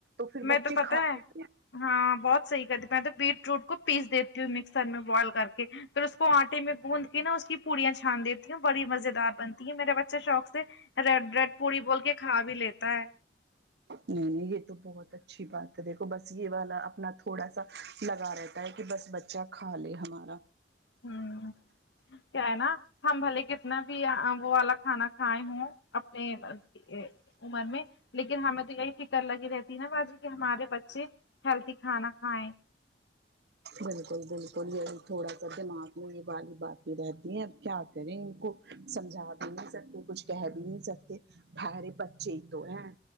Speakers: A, on the right (about 60°); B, on the left (about 80°).
A: پھر
B: میں
A: بچے
B: تو پتا
A: کھا
B: ہے
A: لیتے
B: ہاں بہت صحیح کرتی میں تو بیٹروٹ کو پیس دیتی ہوں مکسر میں بوائل کر کے پھر اس کو آٹے میں گوند کے نا اس کی پوریاں چھان دے بڑی مزے دار بنتی ہے میرا بچہ شوق سے ریڈ ریڈ پوری بول کے کھا بھی لیتا ہے
A: نہیں یہ تو بہت اچھی بات ہے دیکھو بس یہ والا اپنا تھوڑا سا لگا رہتا ہے کہ بس ب چہ کھا لے ہمارا
B: ہوں کیا ہے نا ہم بھلے کتنا بھی وہ والا کھانا کھائے ہوں اپنے آ اے عمر میں لیکن ہمیں تو یہی ف کر لگی رہتی ہے نا باجی کہ ہمارے بچے ہیلٹی کھانا کھائیں
A: بالکل بالکل یہی تھوڑا سا دماغ میں یہ والی باتیں رہتی ہیں اب کیا کریں ان کو سمجھا بھی نہیں سکتے کچھ کہہ بھی نہیں سکتے بیھرے بچے ہی تو ہیں